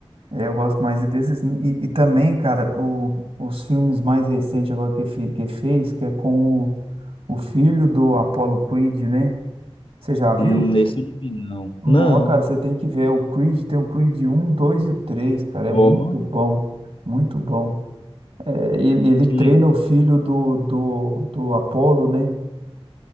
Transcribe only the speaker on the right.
é, eu gosto mais desses. E, e também, cara, o- os filmes mais recentes agora que, fe- que fez, que é com o, o filho do Apollo Creed, né? Você já viu?
Não,
cara, você tem que ver. O Creed tem o Creed um 2 e o 3, cara. É
muito bom. Muito bom. É, ele, ele
treina
o filho do, do, do Apolo, né?